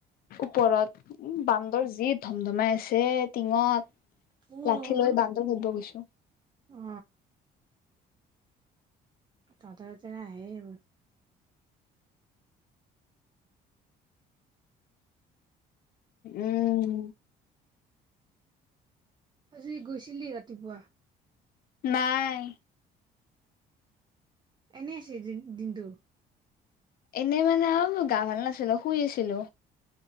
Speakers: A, on the left (about 60°); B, on the right (about 25°).
A: ওপৰত উ বান্দৰ যি ধম ধমাই আছে টিঙত
B: মোৰ
A: লাঠি লৈ বান্দৰ হব গৈছো
B: অ তততেনে আহ
A: উম
B: আজি গৈছিলি ৰাতিপুৱা
A: নাই
B: এনেই আছে দিনটো
A: এনেই মানে অ গা ভাল নাছিলো শুই আছিলো